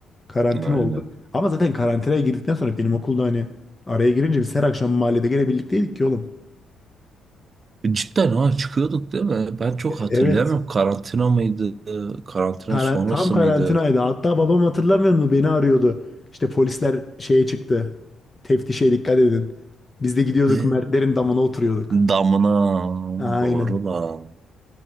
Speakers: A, on the left; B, on the right.
A: karantina
B: Aynen.
A: oldu. Ama zaten karantinaya girdikten sonra benim okulda hani araya girince biz her akşam mahallede gene birlikteydik ki oğlum.
B: Cidden ha çıkıyorduk değil mi? Ben çok hatırlayamıyorum.
A: Evet.
B: Karantina mıydı? Karantina
A: Karan-
B: sonrası
A: tam karantinaydı.
B: mıydı?
A: Hatta babam hatırlamıyor mu beni arıyordu. İşte polisler şeye çıktı. Teftişe dikkat edin. Biz de gidiyorduk
B: Ne?
A: Mertlerin damına oturuyorduk.
B: Damına
A: Aynen.
B: doğru lan.